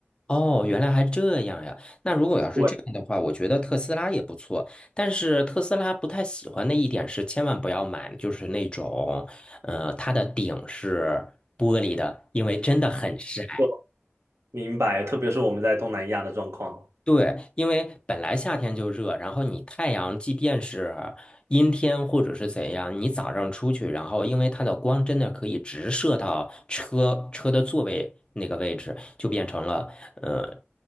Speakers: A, on the left; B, on the right.
A: 哦，原来还这样呀。那如果要是这样的话，
B: 对，
A: 我觉得特斯拉也不错。但是特斯拉不太喜欢的一点是，千万不要买，就是那种，呃，它的顶是玻璃的，因为真的很晒。
B: 就明白。特别是我们在东南亚的状况，
A: 对，因为本来夏天就热，然后你太阳即便是阴天或者是怎样，你早上出去，然后因为它的光真的可以直射到车车的座位那个位置，就变成了呃